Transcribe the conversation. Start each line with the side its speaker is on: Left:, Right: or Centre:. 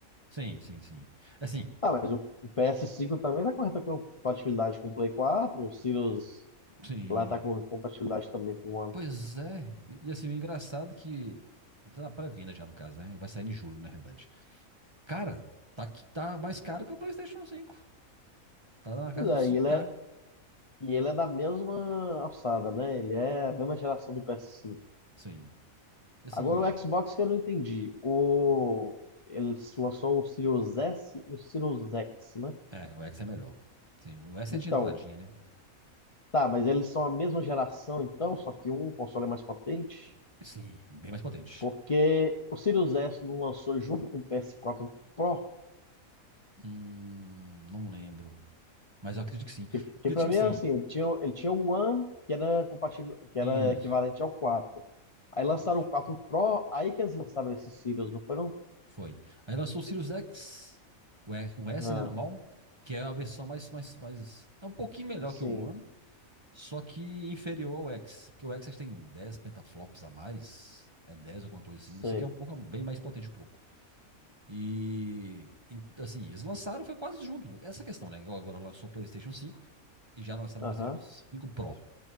Right: Sim, sim, sim. Assim,
Left: Ah, mas o o PS5 também tá com reta compatibilidade com o Play 4, o Sirius
Right: sim.
Left: lá tá com compatibilidade também com o One.
Right: Pois é. E, e assim, o engraçado é que. Tá na pré-venda já, no caso, né? Vai sair em julho, na realidade. Cara, tá, que tá mais caro que o PlayStation cinco. Tá na
Left: Pois
Right: casa dos
Left: é,
Right: cinco
Left: e ele
Right: k
Left: é E ele é da mesma alçada, né? Ele é a mesma geração do PS5.
Right: Sim. Assim,
Left: Agora o Xbox que eu não entendi. O... Ele lançou o Series S e o Series X, né?
Right: é, o X é melhor. Sim, o S
Left: Então,
Right: é de entradinha, né?
Left: tá, mas eles são a mesma geração, então, só que um console é mais potente.
Right: Sim, bem mais potente.
Left: Porque o Series S não lançou junto com o PS4 Pro,
Right: Hum, não lembro. Mas eu acredito que sim.
Left: que,
Right: Porque,
Left: que pra
Right: tipo
Left: mim
Right: assim,
Left: era assim, ele tinha, ele tinha o One, que era compatível, que era
Right: isso,
Left: equivalente ao quatro Aí lançaram
Right: isso.
Left: o 4 Pro, aí que eles lançaram esse Series, não foi não?
Right: Foi. Aí lançou o Sirius X, o E- o S,
Left: Ah,
Right: né, normal, que é a versão mais, mais, mais... É um pouquinho melhor
Left: sim.
Right: que o One, só que inferior ao X. Porque o X acho que tem 10 pentaflops a mais, é 10 alguma coisa
Left: Sei.
Right: assim. Esse aqui é um pouco, bem mais potente um pouco. E, em- assim, eles lançaram, foi quase junto. Essa questão, né? Igual Agora lançou o PlayStation 5 e já lançaram
Left: Aham.
Right: o PlayStation 5 Pro.